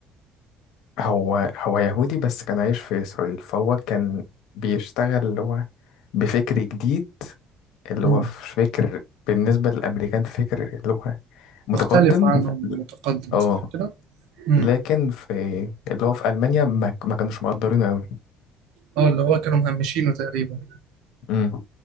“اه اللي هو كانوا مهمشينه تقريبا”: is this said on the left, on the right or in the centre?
Right